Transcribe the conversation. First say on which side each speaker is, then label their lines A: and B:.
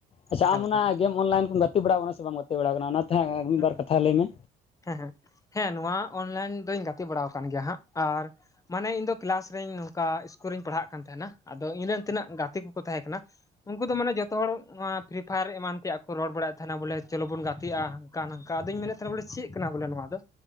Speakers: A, on the left (about 35°); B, on the left (about 20°).
A: ᱟᱪᱪᱷᱟ
B: ᱮᱠᱟᱞ
A: ᱟᱢ
B: ᱮᱠᱟᱞ
A: ᱚᱱᱟ ᱜᱮᱢ ᱚᱱᱞᱟᱭᱤᱱ ᱠᱚᱢ ᱜᱟᱛᱮ ᱵᱟᱲᱟᱣ ᱠᱟᱱᱟ ᱥᱮ ᱵᱟᱝ ᱜᱟᱛᱮ ᱵᱟᱲᱟᱣ ᱠᱟᱱᱟ ᱚᱱᱟᱛᱮ ᱦᱟᱸᱜ
B: ᱦᱩᱸ
A: ᱢᱤᱫᱵᱟᱨ
B: ᱦᱩᱸ
A: ᱠᱟᱛᱷᱟ ᱞᱟᱹᱭ ᱢᱮ
B: ᱦᱮᱸ ᱦᱮᱜᱸ ᱦᱮᱸ ᱱᱚᱣᱟ ᱚᱱᱞᱟᱭᱤᱱ ᱫᱚᱧ ᱜᱟᱛᱮ ᱵᱟᱲᱟ ᱟᱠᱟᱱ ᱜᱮᱭᱟ ᱦᱟᱸᱜ ᱟᱨ ᱢᱟᱱᱮ ᱤᱧ ᱫᱚ ᱠᱮᱞᱟᱥ ᱨᱮᱧ ᱱᱚᱝᱠᱟ ᱤᱥᱠᱩᱞ ᱨᱤᱧ ᱯᱟᱲᱦᱟᱜ ᱠᱟᱱ ᱛᱟᱦᱮᱸᱱᱟ ᱟᱫᱚ ᱤᱧ ᱨᱮᱱ ᱛᱤᱱᱟᱹᱜ ᱜᱟᱛᱮ ᱠᱩ ᱛᱟᱦᱮᱸ ᱠᱟᱱᱟ ᱩᱱᱠᱩ ᱫᱚ ᱢᱟᱱᱮ ᱡᱚᱛᱚ ᱦᱚᱲ ᱯᱷᱤᱨᱤ ᱯᱷᱟᱭᱟᱨ ᱮᱢᱟᱱ ᱛᱮᱭᱟᱜ ᱠᱚ ᱨᱚᱲ ᱵᱟᱲᱟᱭᱮᱫ ᱛᱟᱦᱮᱱᱟ ᱵᱚᱞᱮ ᱪᱚᱞᱚ ᱵᱚᱱ ᱜᱟᱛᱮᱜᱼᱟ ᱦᱝᱠᱟ ᱱᱟᱝᱠᱟ ᱟᱫᱚᱧ ᱢᱮᱱᱮᱫ ᱛᱟᱦᱮᱸᱱᱟ ᱵᱚᱞᱮ ᱪᱮᱫ ᱠᱟᱱᱟ ᱵᱚᱞᱮ ᱱᱚᱣᱟ ᱫᱚ